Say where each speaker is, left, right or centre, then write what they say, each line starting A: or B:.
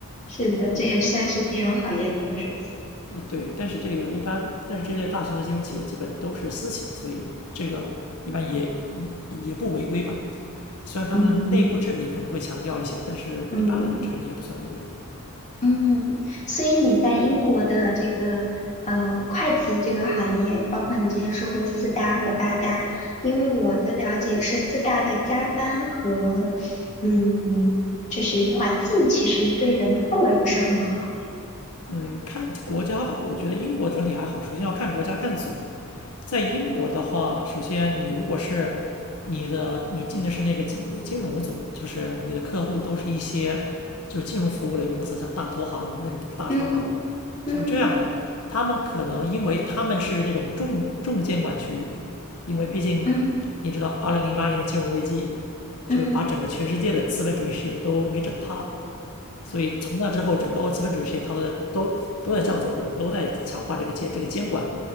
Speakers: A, on the left; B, on the left.
A: 是的，
B: 对，
A: 这也算是金融行业的特殊性。
B: 啊，对，但是这个一般，但是这些大型的金融企业基本都是私企，所以这个一般也也也不违规吧。虽然他们的内部治理可能会强调一些，
A: 嗯
B: 但是一般来说这种也不算违规的。
A: 嗯嗯，所以你在英国的这个呃会计这个行业，包括你之前说过四大和八大，因为我的了解是四大的加班和嗯，就是环境其实对人的氛围不是很好。
B: 嗯，看国家吧，我觉得英国整体还好。首先要看国家看组，在英国的话，首先你如果是你的你进的是那个金金融组，就是你的客户都是一些就金融服务类公司，像大投行那种大商行，
A: 嗯嗯
B: 像这样的，他们可能因为他们是那种重重监管区域，因为毕竟你知道，
A: 嗯
B: 二零零八年的金融危机就是把整个全世界的资本主义事业都给整趴了。
A: 嗯
B: 所以从那之后，整个欧资本主义事业它都在都都在向左转，都在强化这个监这个监管，